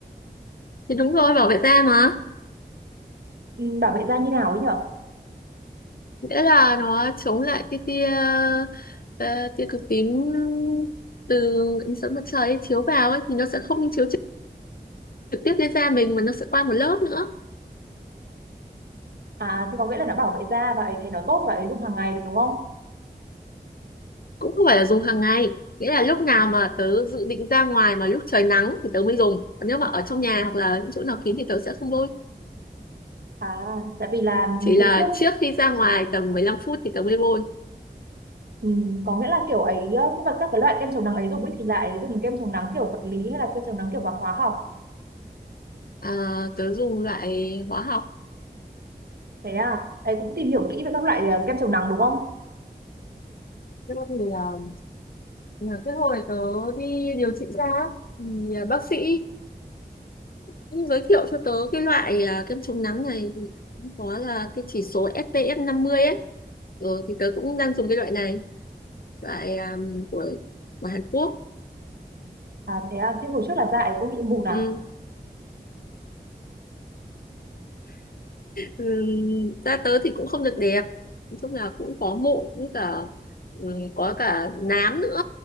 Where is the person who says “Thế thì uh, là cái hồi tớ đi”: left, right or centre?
Left